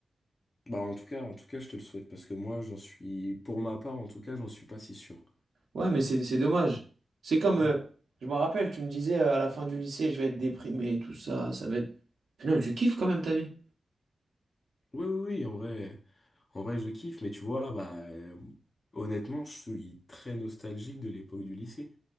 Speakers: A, on the left; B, on the right.
A: bah en tout cas, en tout cas, je te le souhaite parce que moi, j'en suis, pour ma part, en tout cas, j'en suis pas si sûr.
B: Ouais, mais c'est, c'est dommage. C'est comme, euh,
A: Ouais.
B: je me rappelle, tu me disais euh, à la fin du lycée, je vais être déprimé, tout ça, ça va être. Au final, tu kiffes quand même ta vie.
A: Oui, oui, oui, en vrai, en vrai, je kiffe, mais tu vois, bah euh, honnêtement, je suis très nostalgique de l'époque du lycée.